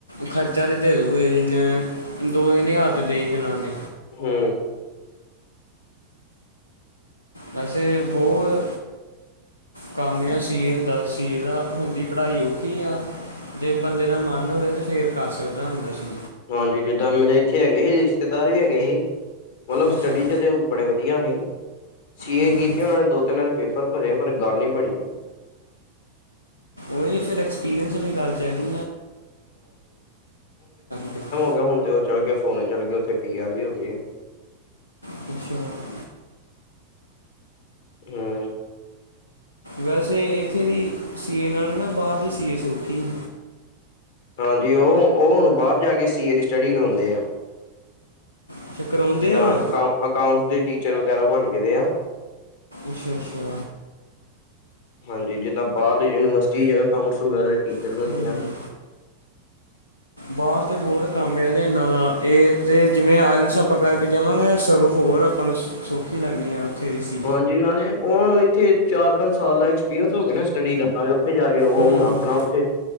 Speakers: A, on the left; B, on the left.
A: ਖਰਚਾ ਤੇ <unintelligible> ਦੇਣਗੇ ਹੀ ਨੀ ਜਿਵੇਂ, ਦੋ ਤਿੰਨ ਹਜ਼ਾਰ ਤੇ ਦੇ ਹੀ ਦੇਣਾ। ਓਹਨੇ।
B: ਹੂੰ।
A: ਵੈਸੇ ਬੋਲ ਕੰਮ ਆ ਸੀ ਏ ਦਾ, ਸੀ ਏ ਦਾ ਹੁੰਦੀ ਪੜ੍ਹਾਈ ਔਖੀ ਆ। ਜੇ ਬੰਦੇ ਦਾ ਮਨ ਹੋਵੇ, ਤੇ ਫੇਰ ਕਰ ਸਕਦਾ ਹੁੰਦਾ ਸੀ।
B: ਹਾਂਜੀ ਜਿੱਦਾ ਮੇਰੇ ਇੱਥੇ ਹੈਗੇ ਹੀ, ਰਿਸ਼ਤੇਦਾਰ ਵੀ ਹੈਗੇ ਹੀ। ਮਤਲਬ ਸਟੱਡੀ
A: ਅੱਛਾ
B: ਚ ਤੇ ਓ ਬੜੇ <unintelligible> ਸੀ ਏ
A: ਹਮ
B: ਕੀਤੀ ਉਹਨਾਂ ਨੇ ਦੋ ਤਿੰਨ ਵਾਰੀ ਪੇਪਰ ਭਰੇ ਪਰ ਗੱਲ ਨੀ ਬਣੀ।
A: ਉਹੀ ਫਿਰ ਐਕਸਪੀਰੀਅੰਸ ਵਾਲੀ ਗੱਲ ਚਾਹੀਦੀ <unintelligible> <unintelligible>
B: ਨਾ ਹੁਣ ਤੇ ਉਹ ਚੱਲ ਗਏ ਫੋਰਨ ਚਲਗੇ ਉੱਥੇ ਪੀ ਆਰ ਵੀ ਹੋਗੀ ਆ।
A: <unintelligible> <unintelligible>
B: ਹਾਂ।
A: ਵੈਸੇ ਇੱਥੇ ਦੀ ਸੀ ਏ ਨਾਲੋਂ ਨਾ ਬਾਹਰ ਦੀ ਸੀ ਏ ਸੌਖੀ ਏ।
B: ਹਾਂਜੀ ਉਹ-ਉਹ ਹੁਣ ਬਾਰ ਜਾ ਕੇ ਸੀ ਏ ਦੀ ਸਟੱਡੀ ਕਰਾਉਂਦੇ ਆ।
A: ਅੱਛਾ ਕਰਾਉਂਦੇ
B: ਜਿਦਾਂ
A: ਹੁਣ
B: ਅਕਾਊ ਅਕਾਊਂਟ ਦੇ ਟੀਚਰ ਵਗੈਰਾ ਬਣ ਗੇ ਆ।
A: ਅਸ਼ਾ, ਅਸ਼ਾ।
B: ਹਾਂਜੀ ਜਿੱਦਾਂ ਬਾਹਰਲੇ ਯੂਨੀਵਰਸਿਟੀ ਜਿਵੇ ਕਾਊਂਟਸ ਵਗੈਰਾ ਦੇ ਟੀਚਰ
A: ਹਮ
B: ਬਣੇ
A: ਹਮ
B: ਆ।
A: ਬਾਹਰ ਤੇ ਬਹੁਤ ਕੰਮ ਆ ਜੇ ਇਹਨਾਂ ਦਾ ਇਹ ਜ ਜਿਵੇਂ ਆਈਲੈਟਸ ਆਪਾਂ ਕਰਕੇ ਜਾਵਾਂਗੇ ਸਗੋਂ ਹੋਰ ਆਪਾਂ ਨੂੰ ਸੌਖੀ ਲੱਗਣੀ ਆ ਉੱਥੇ ਦੀ ਸੀ
B: ਹਾਂਜੀ ਉਨ੍ਹਾਂ ਨੇ ਉਹ ਨੂੰ ਇੱਥੇ ਚਾਰ-ਪੰਜ ਸਾਲ ਦਾ ਐਕਸਪੀਰੀਅੰਸ ਹੋ ਗਿਆ ਨਾ ਸਟੱਡੀ ਦਾ ਨਾਲੇ ਉੱਥੇ ਜਾ ਕੇ ਉਹ
A: ਹੂੰ
B: ਹੁਣ ਆਪਣਾ ਉੱਥੇ